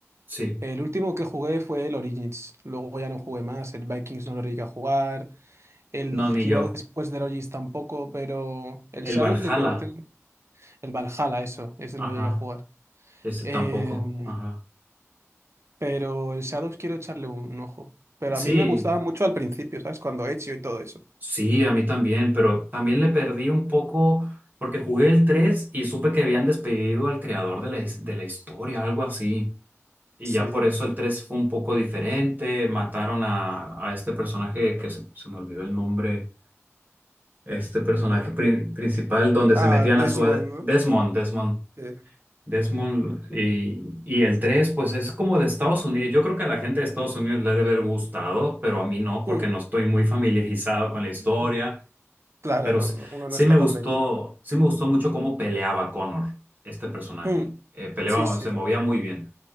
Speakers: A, on the right (about 35°); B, on the right (about 60°).
A: sí.
B: El último que jugué fue el Origins. Luego ya no jugué más. El Vikings no lo llegué a jugar. El
A: No, ni
B: que
A: yo.
B: iba después del Origins tampoco, pero el
A: El
B: Shadows
A: Valhalla.
B: le tengo, tengo- El Valhalla, eso. Ese
A: Ajá.
B: no lo llegué a jugar.
A: Ese
B: Em,
A: tampoco. Ajá.
B: pero el Shadows quiero echarle un, un ojo. Pero
A: Sí,
B: a mí me gustaba mucho al principio, ¿sabes? Cuando Ezio y todo eso.
A: sí, a mí también, pero también le perdí un poco porque jugué el 3 y supe que habían despedido al creador de la, his- de la historia, algo así. Y
B: Sí.
A: ya por eso el 3 fue un poco diferente. Mataron a, a este personaje que se, se me olvidó el nombre. Este personaje
B: Cu-
A: pri- principal donde
B: Ah,
A: se metían
B: Desmond,
A: a su... ad-
B: ¿no?
A: Desmond, Desmond,
B: Sí.
A: Desmond. Y, y el 3 pues es como de Estados Unidos. Yo creo que a la gente de Estados Unidos le debe haber gustado, pero a mí no, porque
B: Mm,
A: no estoy muy familiarizado con la historia.
B: mm. Claro,
A: Pero
B: no,
A: s-
B: no, uno
A: sí
B: no está
A: me gustó,
B: tan metido.
A: sí me gustó mucho cómo peleaba Connor, este personaje.
B: Mm,
A: Eh, peleaba,
B: Sí, sí.
A: se movía muy bien.